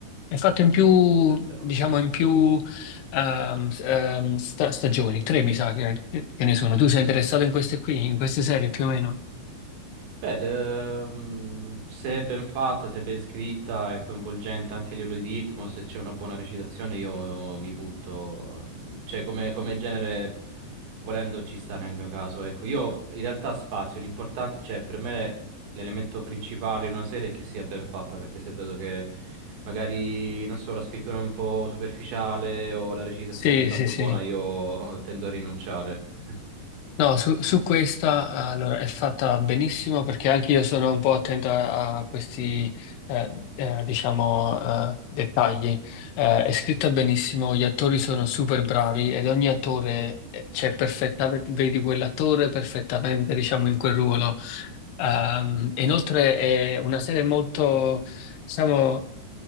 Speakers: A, on the left; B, on the right.
A: È fatto in più,
B: oh, bel tema.
A: diciamo, in più ehm, s- ehm, sta- stagioni, tre mi sa che, che ne sono. Tu sei interessato in queste qui, in queste serie più o meno?
B: Beh, de- mm, se è ben fatta, se è ben scritta, è coinvolgente anche a livello di ritmo, se c'è una buona recitazione io mi butto, mm, cioè come, come genere volendo ci sta nel mio caso, ecco, io in realtà spazio, l'importante, cioè per me l'elemento principale in una serie è che sia ben fatta, perché se vedo che magari, non so, la scrittura è un po' superficiale o la recitazione
A: Sì,
B: non è tanto
A: sì, sì.
B: buona, io tendo a rinunciare. <laughs>
A: No, su, su questa allora, è fatta benissimo perché anche io sono un po' attento a, a questi,
B: Mhm.
A: eh, eh, diciamo, eh, dettagli. Eh, è scritta benissimo, gli attori sono super bravi ed ogni attore
B: Eh.
A: eh, c'è perfettamente, vedi quell'attore perfettamente, diciamo, in quel ruolo. Ehm, e inoltre è una serie molto, diciamo,